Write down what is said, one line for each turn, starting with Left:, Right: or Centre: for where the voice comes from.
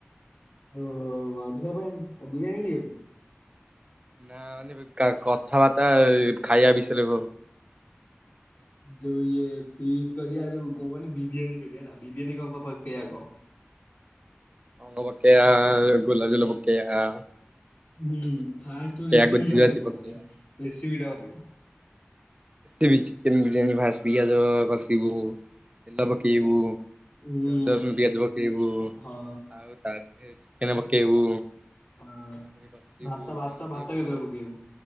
Left: ଓହୋ ଝିଅ ପାଇଁ ଦିଟା ନେଇଥିବା କି?
Right: ନା ମାନେ କଥା ବାର୍ତ୍ତା ଖାଇଆ ବିଷୟରେ
Left: ଯୋଉ ଇଏ ଫିସ୍ କରିବା ଯୋଉ କଣ କହନି ବିରିୟାନୀ କରିବା ହେଲା ବିରିୟାନୀ କଣ କଣ ପକେଇବା କହ।
Right: ପକେଇଆ ଗୋଲାଜଲ ପକେଇଆ।
Left: ହୁଁ ଫାଷ୍ଟ୍ ରୁ ରେସିପିଟା
Right: ଗୁଜୁରାତି
Left: ମତେ କହ
Right: ପକେଇବା।
Left: ରେସିପି ଟା ମତେ କହ‌।
Right: ବିରିୟାନୀ ଫାସ୍ ପିଆଜ କସିବୁ। ତେଲ
Left: ହୁଁ
Right: ପକେଇବୁ
Left: ଏଇ
Right: ରସୁଣ, ପିଆଜ ପକେଇବୁ। ଆଉ
Left: ହଁ
Right: ତା ଦିହରେ ଚିକେନେ ପକେଇବୁ।
Left: ହଁ।
Right: ତାପରେ କଷିବୁ
Left: ଭାତ ଭାତ
Right: କଷିବୁ।
Left: ଭାତ କେତେବେଳେ ପକେଇବୁ